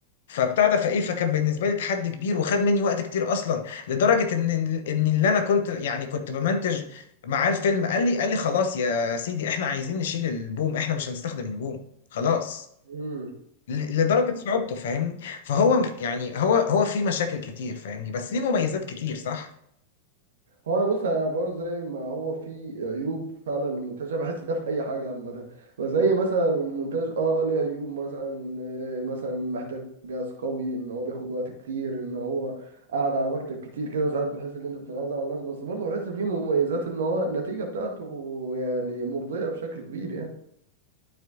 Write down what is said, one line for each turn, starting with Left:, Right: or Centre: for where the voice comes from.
Left: فبتاع ده فايه فكان بالنسبه لي تحدي كبير وخد مني وقت كتير اصلا لدرجه ان ان اللي انا كنت يعني كنت بمنتج معاه الفيلم قال لي قال لي خلاص يا سيدي احنا عايزين نشيل البوم احنا مش هنستخدم البوم خلاص
Right: امم
Left: ل- لدرجة صعوبته فاهمني فهو م- يعني هو هو في مشاكل كتير فاهمني بس ليه مميزات كتير صح
Right: هو انا بص انا برضه زي ما هو في عيوب فعلا للمونتاج انا بحس ده في اي حاجه عامه وزي مثلا المونتاج اه ليه عيوب مثلا آه، مثلا محتاج جهاز قوي ان هو بياخد وقت كتير ان هو قاعد على مكتب كتير كده وساعات بتحس ان انت بتنازل على الناس بس برضه بحس فيه مميزات ان هو النتيجه بتاعته يعني مرضيه بشكل كبير يعني